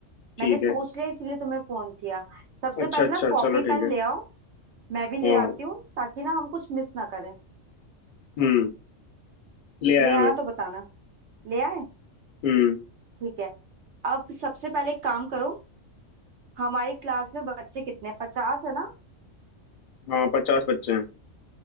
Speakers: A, on the right; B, on the left.
A: मैंने
B: ठीक
A: सोच
B: है
A: लिया इसीलिए तुम्हें फोन किया सबसे
B: अच्छा
A: पहले
B: अच्छा
A: ना कॉपी
B: चलो ठीक
A: पेन
B: है
A: ले आओ मैं भी
B: हाँ
A: ले आती हूँ ताकि ना हम कुछ मिस ना करें
B: हम्म ले आया
A: ले आना
B: मैं
A: तो बताना ले आए
B: हम्म
A: ठीक है अब सबसे पहले एक काम करो हमारी क्लास में बच्चे कितने पचास है ना
B: हाँ पचास बच्चे हैं